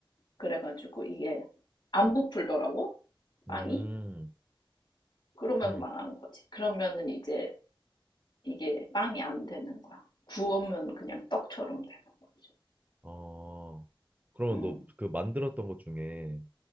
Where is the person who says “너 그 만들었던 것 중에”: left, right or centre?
Right